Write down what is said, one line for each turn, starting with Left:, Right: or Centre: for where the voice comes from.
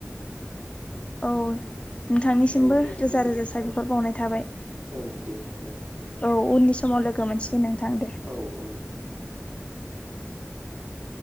Left: औ नोंथांनिसिमबो
Right: औ दे बिदिब्ला
Left: रोजा रोजा
Right: नोंथां
Left: साबय‌खर बावनाय थाबाय।
Right: औ दे बिदिबा नोंथां।
Left: औ उननि समाव लोगो मोनसिगोन नोंथां दे।
Right: औ औ नोंथां
Left: <inaudible>